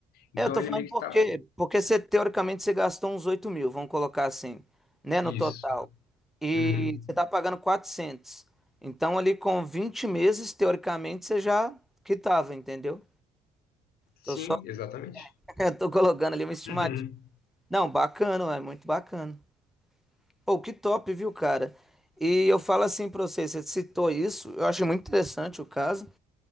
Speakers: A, on the left; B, in the centre.
A: Então,
B: É, Eu tô
A: ele
B: falando
A: meio que
B: porque,
A: tá...
B: porque você, teoricamente, você gastou uns 8 mil, vamos colocar assim, né, no
A: Isso.
B: total. E
A: Uhum.
B: você tá pagando 400. Então, ali com 20 meses, teoricamente, você já quitava, entendeu? Tô
A: Sim,
B: só
A: exatamente.
B: Eu tô colocando ali uma estimativa.
A: Uhum.
B: Não, bacana, é muito bacana. Pô, que top, viu, cara? E eu falo assim pra você, você citou isso, eu achei muito interessante o caso.